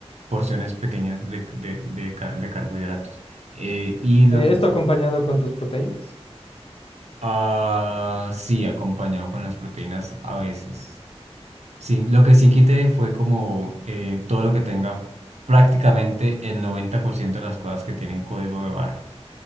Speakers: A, on the right; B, on the left.
A: porciones pequeñas de, de, de, car- de carbohidratos. Eh, y lo
B: ¿esto
A: que
B: acompañado con tus proteínas?
A: ah, sí acompañado con las proteínas a veces. Sí, lo que sí quité fue como eh, todo lo que tenga prácticamente el 90% de las cosas que tienen código de barras.